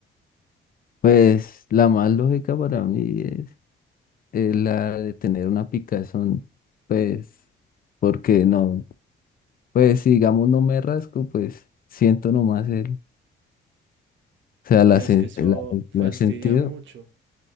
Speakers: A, on the left; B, on the right.
A: pues la más lógica para mí es, es la de tener una picazón, pues. Porque no, Pues si digamos no me rasco, pues siento nomás el, o sea, la,
B: Pero
A: sen-
B: es que eso
A: la-
B: fastidia
A: la- el sentido,
B: mucho.